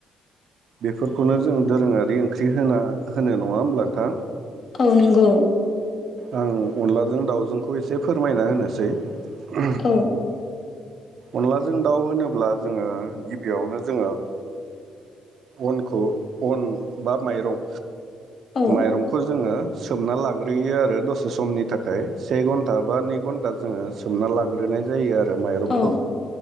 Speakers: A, on the right; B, on the left.
A: बेफोरखौनो जों दोरोङारि ओंख्रि होना होनो नङा होमब्ला नोंथां।
B: औ नंगौ।
A: आं अनलाजों दाउजोंखौ एसे फोरमायना होनोसै। <unintelligible>
B: औ
A: अनलाजों दाउ होनोब्ला जोङो गिबियावनो जोङो अनखौ अन बा माइरं
B: औ
A: माइरंखौ जोङो सोमना लाग्रो यो आरो दसे समनि थाखाय से घन्टा बा नै घन्टा जोङो सोमना लाग्रोनाय जायो आरो बे माइरंखौ
B: औ